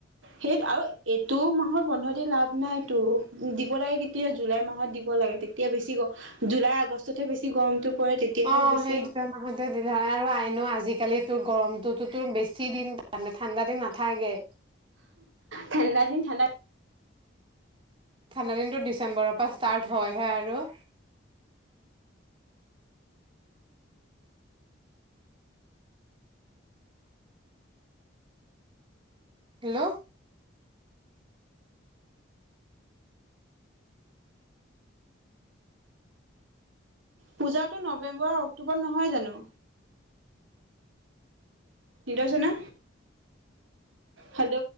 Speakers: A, on the right; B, on the right.
A: সেই আৰু এইটো মাহৰ বন্ধৰ দিন লাভ নাইতটো দিব লাগে কেতিয়া জুলাই মাহত দিব লাগে তেতিয়া বেছি জুলাই আগষ্টতহে বেছি গৰমটো পৰে তেতিয়াহে
B: অ
A: বেছি
B: সেই দুটা মাহতে দিলে হয় আৰু আইন আজিকালি টো গৰম তোৰ বেছি দিন ঠাণ্ডা দিন নাথাকে
A: ঠাণ্ডা দিন ঠাণ্ডা
B: ঠাণ্ডা দিনটো ডিচেম্বৰৰ পৰা ষ্টাৰ্ট হয়হে আৰু হেল্ল'
A: পূজাটো নৱেম্বৰ অক্টোব নহয় জানো নিদনা হেল্ল'